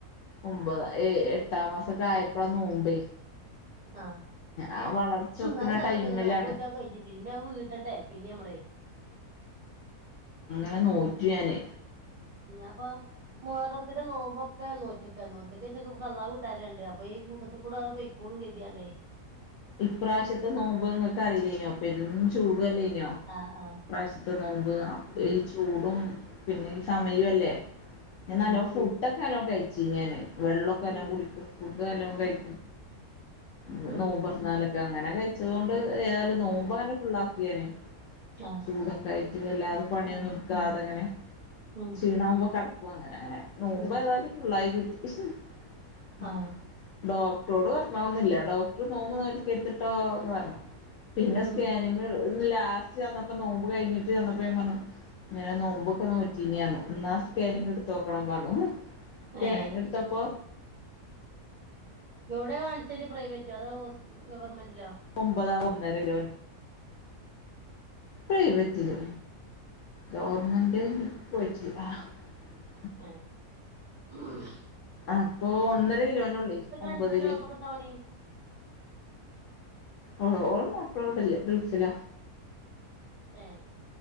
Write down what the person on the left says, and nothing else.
ഒമ്പത ഏ എട്ടാം മാസൊക്കെ ആയപ്പളാ നോമ്പേ
ആ വളർച്ച വെക്ക്ണ
ടൈമിലാണ്
അ നുറ്റിയനെ
ഇപ്രാവശ്യത്തെ നോമ്പ്ങ്ങൊക്കെ അറിയില്ല പെരും ചൂട് ല്ല ഇനോ
പ്രാവശ്യത്തെ നോമ്പ്
ഈ ചൂടും പിന്നെ ഈ സമയ അല്ലേ
നല്ലോ ഫുട്ടൊ സ്ഥലം കഴിച്ചു ഞാന് വെള്ളമൊക്കെ
എല്ലാം കുടിക്ക ഫുഡ് എല്ലാം കഴി
<unintelligible>
നോമ്പർ എന്നാലൊക്കെ അങ്ങനെ കഴിച്ചതൊണ്ട് ഏതായാലും നോമ്പോ അങ്ങനെ ഫുള്ളാക്കിയേനെ
ചൂടൊക്കെ ആയിട്ട് വല്ലാതെ പണിയൊന്നും
ഇടുക്കാതെങ്ങനെ
ക്ഷീണാകുമ്പോ കട ആ അങ്ങെങ്ങനെ നോമ്പോ
ഏതാലും ഭുള്ളായി കി <unintelligible>
ഡോക് ട് പറഞ്ഞാവുന്നില്ല <unintelligible> ഡോക്ടറും നോമ്പ നൽക്ക എത്തിട്ടോ പറണം പിന്നെ
സ്കാനിങ് ലാസ്റ്റ് ചന്നപ്പോ നോമ്പ് കഴിഞ്ഞിട്ട് ചന്നപ്പോ പറഞ്ഞു ഇങ്ങനെ നോമ്പൊക്കെ നോറ്റീന ആ എന്നാ സ്കാനിങ്ങ
ഇട്ട് തോക്കണം വാലോ സ്കാനിങ്
എടുത്തപ്പോ
ഒമ്പതാവും. നേരെ ഗവ പ്രൈവറ്റില് ഗവണ്മെന്റ്.
പറ്റി ആ <unintelligible>
അപ്പൊ ഒന്നര കിലോന ഉള്ളേ ഒമ്പതില്
ഓ ഓ മാപ്പ്ലോടല്ലേ ഗൽഫില